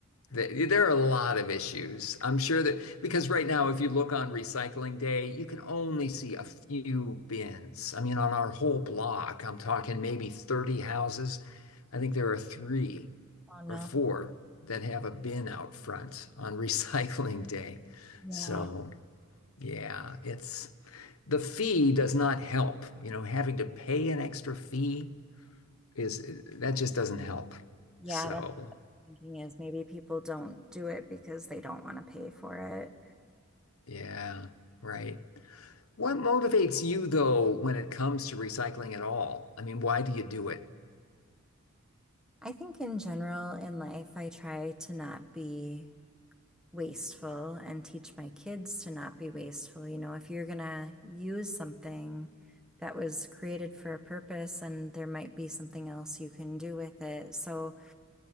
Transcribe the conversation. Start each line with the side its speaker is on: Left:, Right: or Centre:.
Left: Th- There are a lot of issues. I'm sure that because right now, if you look on Recycling Day, you can only see a few bins. I mean, on our whole block, I'm talking maybe 30 houses. I think there are three
Centre: Oh no.
Left: or four that have a bin out front on <laughs> Recycling Day.
Centre: Yeah.
Left: So, yeah, it's the fee does not help. You know, having to pay an extra fee is that just doesn't help.
Centre: Yeah,
Left: So,
Centre: that's what I'm thinking is maybe people don't do it because they don't want to pay for it.
Left: yeah, right. What motivates you though when it comes to recycling at all? I mean, why do you do it?
Centre: I think in general in life, I try to not be wasteful and teach my kids to not be wasteful. You know, if you're gonna use something that was created for a purpose and there might be something else you can do with it. So